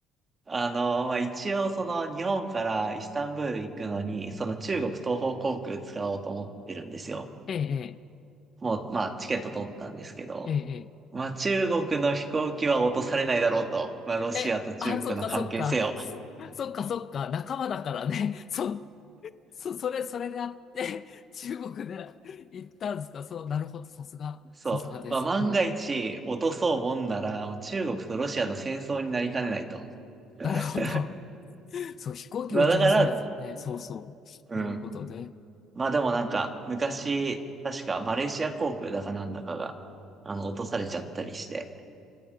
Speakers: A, on the right (about 20°); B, on the left (about 40°).
A: あの、まあ、一応、その、日本からイスタンブール行くのに、その中国東方航空使おうと思ってるんですよ。
B: ええ、
A: もう、まあ、チケット取ったんですけど、
B: ええ、
A: まあ、中国の飛行機は落とされないだろうと。まあ、ロシアと中国の関係性を。
B: ええ。え、あ、そっかそっか。そ、そっかそっか。仲間だからね。<laughs> そ、そ、それ、それであって、中国で行ったんですか。そう、なるほど。さすが、
A: そう。
B: さすがです。
A: まあ、万が一落とそうもんなら、
B: うん。
A: 中国とロシアの戦争になりかねないと。<laughs>
B: なるほど。そう、飛行機を撃ち落とされたね。
A: まあ、だから、
B: そうそう。
A: うん。
B: なるほどね。
A: まあでもなんか、昔、確かマレーシア航空だかなんだかが、あの、落とされちゃったりして、